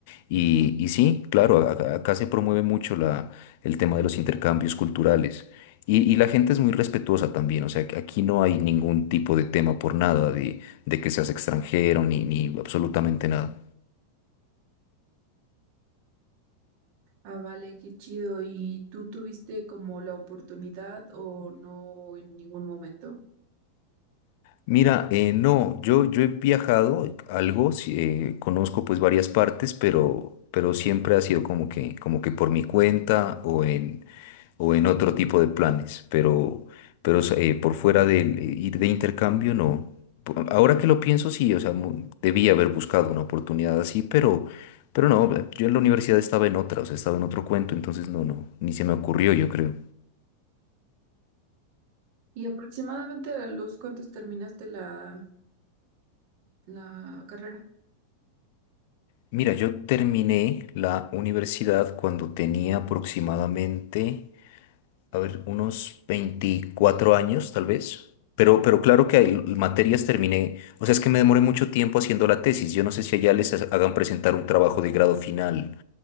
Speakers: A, on the left; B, on the right.
A: Y, y sí, claro, a- a- acá se promueve mucho la, el tema de los intercambios culturales. Y, y la gente es muy respetuosa también, o sea, que aquí no hay ningún tipo de tema por nada de, de que seas extranjero ni, ni absolutamente nada.
B: Ah, vale, qué chido. ¿Y tú tuviste como la oportunidad o no en ningún momento?
A: Mira, eh, no, yo, yo he viajado algo, sí, eh, conozco pues varias partes, pero, pero siempre ha sido como que, como que por mi cuenta o en, o en otro tipo de planes, pero, pero eh, por fuera de ir de intercambio, no. Po- Ahora que lo pienso, sí, o sea, mu- debía haber buscado una oportunidad así, pero, pero no, yo en la universidad estaba en otra, o sea, estaba en otro cuento, entonces no, no, ni se me ocurrió, yo creo.
B: ¿Y aproximadamente a los cuántos terminaste la, la carrera?
A: Mira, yo terminé la universidad cuando tenía aproximadamente a ver, unos 24 años tal vez. Pero, pero claro que hay materias terminé, o sea, es que me demoré mucho tiempo haciendo la tesis. Yo no sé si allá les ha- hagan presentar un trabajo de grado final,